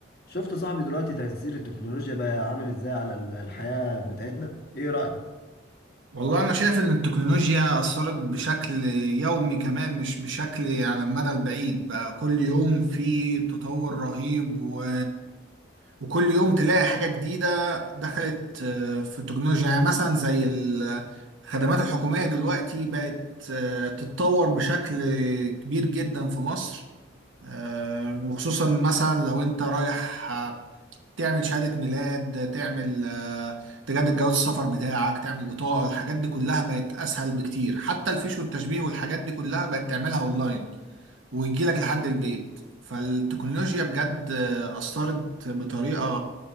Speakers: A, on the left; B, on the right.
A: شفت صاحبي دلوقتي تأثير التكنولوجيا بقى عامل ازاي على ال- الحياة بتاعتنا ايه رأيك
B: والله أنا شايف إن التكنولوجيا أثرت بشكل يومي كمان مش بشكل على المدى البعيد بقى كل يوم في تطور رهيب و... وكل يوم تلاقي حاجة جديدة دخلت آه، في التكنولوجيا يعني مثلا زي ال- الخدمات الحكومية دلوقتي بقت آه، تتطور بشكل كبير جدا في مصر آه، وخصوصا مثلا لو أنت رايح تعمل شهادة ميلاد تعمل آه، تجدد جواز السفر بتاعك تعمل بطاقة الحاجات دي كلها بقت أسهل بكتير حتى الفيش والتشبيه والحاجات دي كلها بقت تعملها أونلاين ويجي لك لحد البيت فالتكنولوجيا بجد آه، أثرت بطريقة